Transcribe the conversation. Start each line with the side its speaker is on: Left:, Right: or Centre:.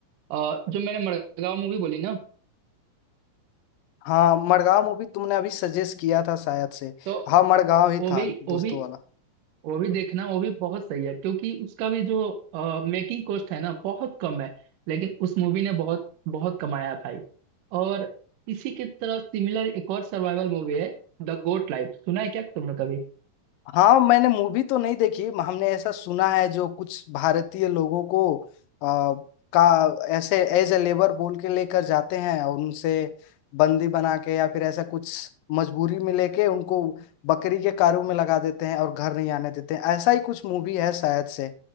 Right: अ, जो मैंने मड़गांव मूवी बोली ना
Left: हाँ मड़गांव मूवी तुमने अभी सजेस्ट किया था शायद से
Right: तो
Left: हाँ मड़गांव ही
Right: वो
Left: था
Right: भी वो
Left: दोस्तों
Right: भी
Left: वाला
Right: वो भी देखना वो भी बहुत सही है क्योंकि उसका भी जो मेकिंग कॉस्ट है ना बहुत कम है लेकिन उस मूवी ने बहुत बहुत कमाया है भाई और इसी की तरह सिमिलर एक और सर्वाइवल मूवी है द गोट लाइफ सुना है क्या तुमने कभी
Left: हाँ मैंने मूवी तो नहीं देखी म- हमने ऐसा सुना है जो कुछ भारतीय लोगों को आ, का ऐसे एज ए लेबर बोल के लेकर जाते हैं और उनसे बंदी बना के या फिर ऐसा कुछ मजबूरी में लेके उनको बकरी के कारों में लगा देते हैं और घर नहीं आने देते हैं ऐसा ही कुछ मूवी है शायद से